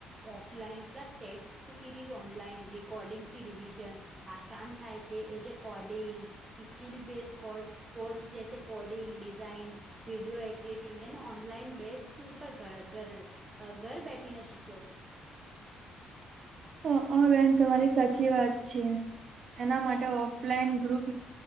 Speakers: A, on the right; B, on the right.
A: offline plus test series online recording થી રિવિઝન આશાન થાય છે એ જે coding skill base core course જૈસે કોડિંગ ડિઝાઇન વિડીયો એડિટિંગ એને ઓનલાઈન બેસ્ટ ટુલ પર ઘર ઘર બેઠીને શીખ્યો.
B: હ આ બેન તમારી સાચી વાત છે એના માટે offline group